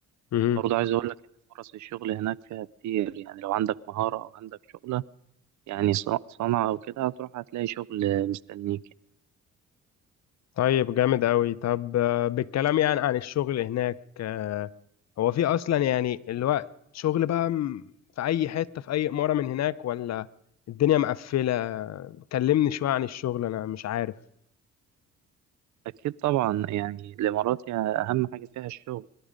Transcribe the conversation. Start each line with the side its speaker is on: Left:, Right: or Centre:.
Left: مهم.
Right: برضه عايز أقول لك إن فرص الشغل هناك فيها كتير يعني لو عندك مهارة أو عندك شغلة يعني ص- صنعة أو كده هتروح هتلاقي شغل مستنيك
Left: طيب جامد قوي طب آه، بالكلام يعني عن الشغل هناك آه، هو في اصلا يعني الوقت شغل بقى م- في اي حته في اي اماره من هناك ولا الدنيا مقفله كلمني شويه عن الشغل انا مش عارف
Right: أكيد طبعا يعني الإمارات يعني أهم حاجة فيها الشغل